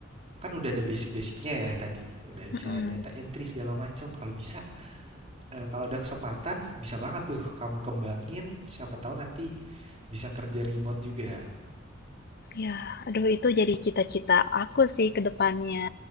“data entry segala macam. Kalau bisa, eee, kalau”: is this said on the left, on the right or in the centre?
Right